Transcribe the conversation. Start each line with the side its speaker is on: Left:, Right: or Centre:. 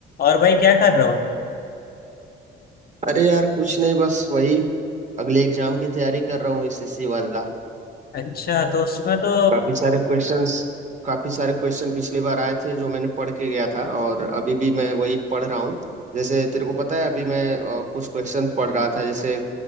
Left: और भाई क्या कर रहे हो
Right: अरे यार कुछ नहीं बस वही अगले एग्जाम की तैयारी कर रहा हूँ एसएससी वाला
Left: अच्छा तो उसमें तो
Right: काफी सारे क्वेश्चंस काफी सारे क्वेश्चन पिछली बार आए थे जो मैंने पढ़ के गया था और अभी भी मैं वही पढ़ रहा हूँ जैसे तेरे को पता है अभी मैं अ, कुछ क्वेश्चन पढ़ रहा था जैसे